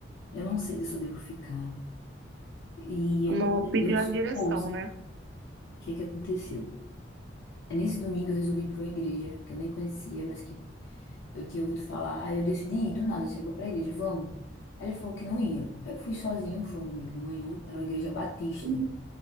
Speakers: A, on the left (about 75°); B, on the right (about 65°).
A: Eu não sei se eu devo ficar. E
B: Uma
A: eu pedi
B: pediu
A: a Deus
B: a direção,
A: força. O
B: né?
A: que é que aconteceu? É Nesse domingo eu resolvi ir pra uma igreja que eu nem conhecia, mas que Eu tinha ouvido falar, aí eu decidi ir do nada, assim, vou pra igreja, vamos. Aí ele falou que não ia. Aí eu fui sozinho, foi um domingo de manhã, era uma igreja batista.
B: Uhum.